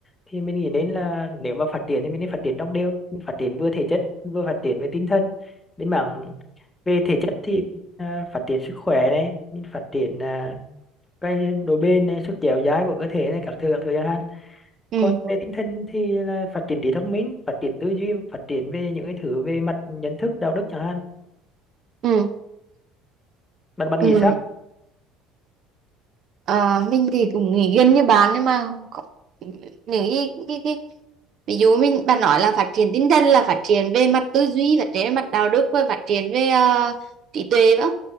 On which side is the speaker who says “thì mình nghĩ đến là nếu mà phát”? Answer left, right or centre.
Left